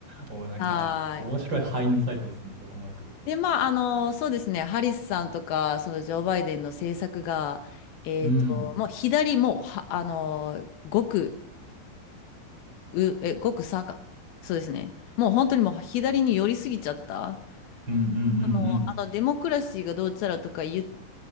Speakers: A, on the right (about 25°); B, on the left (about 70°).
A: もうなんか、
B: はーい。
A: 面白いハインドサイトでするんでそこまで来ると。
B: で、まあ、あの、そうですね、ハリスさんとか、そのジョー・バイデンの政策が、えっと、
A: うん。
B: もう左もうは、あの、極う、え、ごくさか。そうですね。もう本当にもう左に寄りすぎちゃった。
A: うんうんうん
B: あの、あのデモクラシーがどうちゃらとか言っ